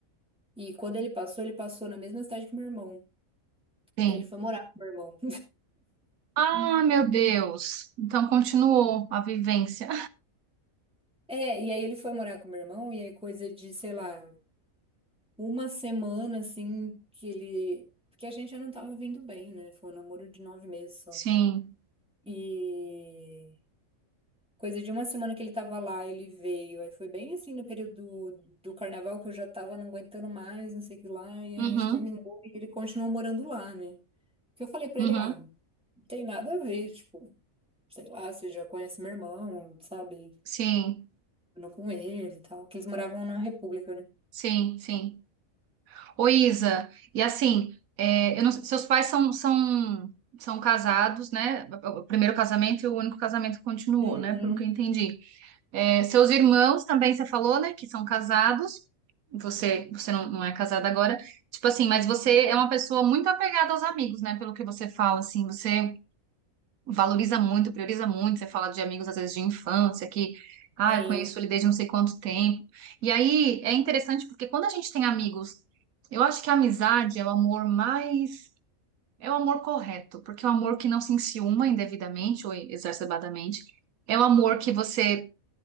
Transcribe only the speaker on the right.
sim.
Ah, meu Deus. Então continuou a vivência.
<laughs> Sim.
Uhum,
uhum.
Sim,
sim, sim. Ô, Isa, e assim, é, eu não- seus pais são, são, são casados, né? O primeiro casamento e o único casamento que continuou,
né? Pelo que eu entendi. É, seus irmãos também, você falou, né? Que são casados. Você, você não, não é casada agora. Tipo assim, mas você é uma pessoa muito apegada aos amigos, né? Pelo que você fala, assim, você é valoriza muito, prioriza muito. Você fala de amigos, às vezes, de infância, que, ah,
eu conheço ele desde não sei quanto tempo. E aí é interessante porque quando a gente tem amigos, eu acho que a amizade é o amor mais. É o amor correto, porque é o amor que não se enciuma indevidamente ou exacerbadamente. É o amor que você.